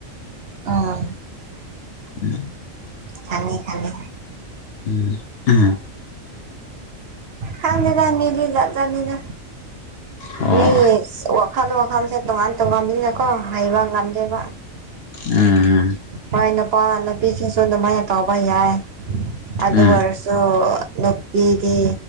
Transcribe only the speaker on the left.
ꯎꯝ
ꯎꯝ ꯎꯝ
ꯑꯣ
ꯎꯝ
ꯎꯝ